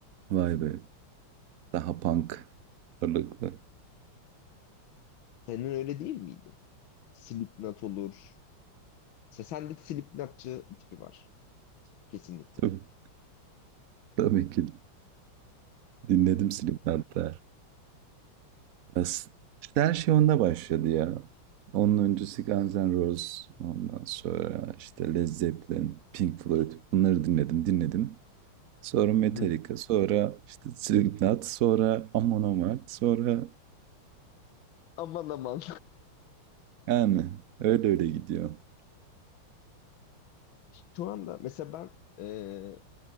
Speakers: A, on the right; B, on the left.
A: Vay be. Daha punk ağırlıklı.
B: senin öyle değil miydi? Slipknot olur. Sen, sende Slipknotçı tipi var kesinlikle.
A: Tabii, tabii ki dinledim Slipknot da. Ya s- işte her şey onda başladı ya. Onun öncesi Guns N' Roses. Ondan sonra işte Led Zeppelin, Pink Floyd. Bunları dinledim, dinledim. Sonra Metallica,
B: <laughs>
A: sonra işte Slipknot, sonra Amon Amarth, sonra
B: Aman aman.
A: yani öyle öyle gidiyor.
B: <laughs> Şu anda mesela ben e,